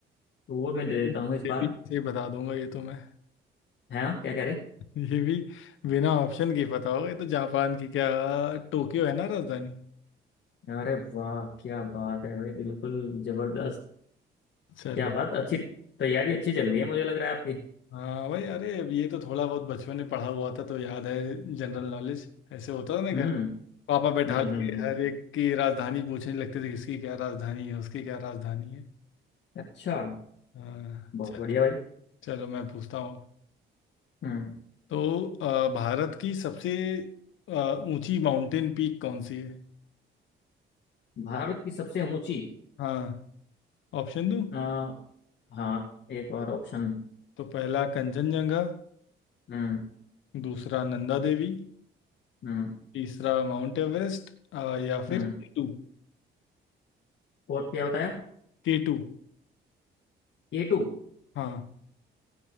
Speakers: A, on the left; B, on the left.
A: वो मैं
B: अरे,
A: दे देता
B: ये
A: हूँ इस बार
B: भी से बता दूंगा ये तो मैं
A: है ना क्या कह रहे
B: <laughs> ये भी बिना ऑप्शन के पता होगा ये तो जापान की क्या टोक्यो है ना राजधानी
A: अरे वाह क्या बात है भाई बिल्कुल जबरदस्त
B: चलो
A: क्या बात अच्छी तैयारी अच्छी चल रही है मुझे लग रहा है आपकी
B: हाँ भाई अरे अब ये तो थोड़ा बहुत बचपन में पढ़ा हुआ था तो याद है जनरल नॉलेज ऐसे होता था ना घर
A: हम्म
B: पापा बैठा
A: हम्म
B: के
A: हम्म हम्म।
B: हर एक की राजधानी पूछने लगते थे किसकी क्या राजधानी है उसकी क्या राजधानी है
A: अच्छा
B: अ,
A: बहुत
B: चलो
A: बढ़िया भाई
B: चलो मैं पूछता हूँ
A: हम्म
B: तो अ, भारत की सबसे अ, ऊंची माउंटेन पीक कौन सी है
A: भारत की सबसे ऊंची
B: हाँ ऑप्शन दूँ
A: अ, हाँ एक बार ऑप्शन
B: तो पहला कंचनजंगा
A: हम्म
B: दूसरा नंदा देवी
A: हम्म
B: तीसरा माउंट एवरेस्ट अ, या फिर
A: हम्म
B: केटू
A: और क्या बताया
B: केटू
A: के टू
B: हाँ